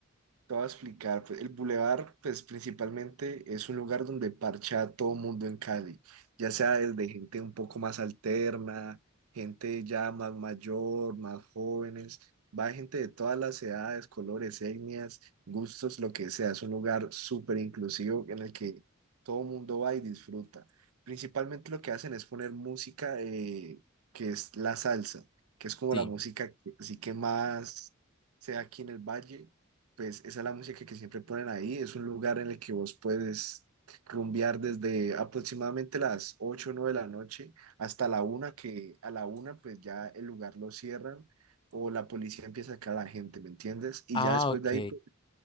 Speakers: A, on the right; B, on the left.
A: Te voy a explicar, pues, el bulevar, pues principalmente es un lugar donde parcha a todo mundo en Cali, ya sea desde gente un poco más alterna, gente ya más mayor, más jóvenes, va gente de todas las edades, colores, etnias, gustos, lo que sea. Es un lugar súper inclusivo en el que todo mundo va y disfruta. Principalmente lo que hacen es poner música eh, que es la salsa, que es como
B: Sí.
A: la música que, así que más sea aquí en el valle pues esa es la música que siempre ponen ahí. Es un lugar en el que vos puedes rumbear desde aproximadamente las 8 o 9 de la noche hasta la una que a la una pues ya el lugar lo cierran o la policía empieza a sacar a la gente, ¿me entiendes? Y
B: Ah,
A: ya después
B: ok.
A: de ahí, pues,